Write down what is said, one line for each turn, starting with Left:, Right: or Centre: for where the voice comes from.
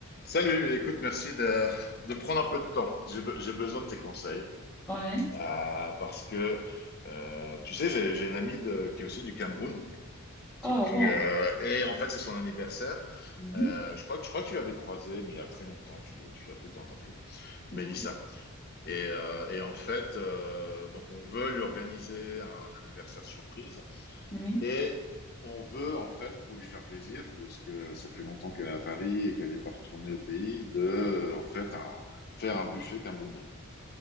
Left: Salut, écoute, merci de, de prendre un peu de temps. J'ai be- j'ai besoin de tes conseils
Centre: Ouais.
Left: euh, parce que, euh, tu sais, j'ai j'ai une amie de- qui est aussi du Cameroun
Centre: Ah
Left: qui,
Centre: bon.
Left: euh, et en fait, c'est son anniversaire.
Centre: Mhm.
Left: Euh, je crois que, je crois que tu l'avais croisée, mais il y a très longtemps, tu, tu l'as peut t'en rappeler, Mélissa.
Centre: Mhm.
Left: Et, euh, et en fait, euh, donc on veut lui organiser un anniversaire surprise
Centre: Oui.
Left: et on veut, en fait, pour lui faire plaisir, parce que ça fait longtemps qu'elle est à Paris et qu'elle n'est pas retournée au pays, de, euh, en fait, un- faire un buffet camerounais.